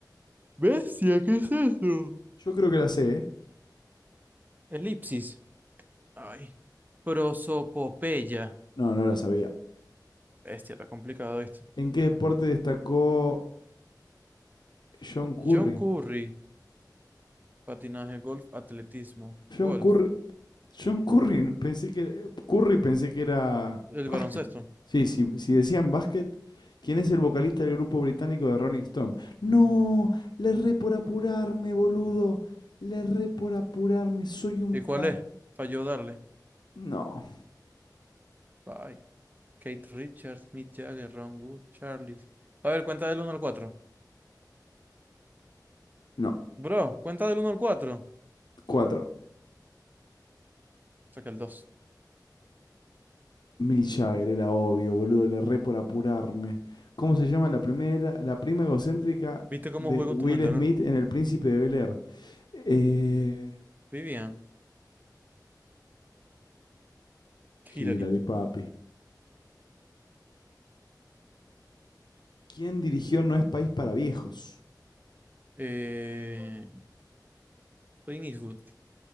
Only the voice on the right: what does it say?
Bestia, ¿qué es eso?
Elipsis. Ay. Prosopopeya.
Bestia, está complicado este.
John Curry. Patinaje, golf, atletismo.
Golf.
El
baloncesto.
¿Y cuál
es? Falló darle.
Bye. Kate Richards, Mick Jagger, Ron Wood, Charles. A ver, cuenta del uno al cuatro,
Bro, cuenta del uno al 4.
Saca el dos.
¿Viste cómo
jugué
con tu mente,
no?
Vivian,
Hillary,
eh, Clint Eastwood.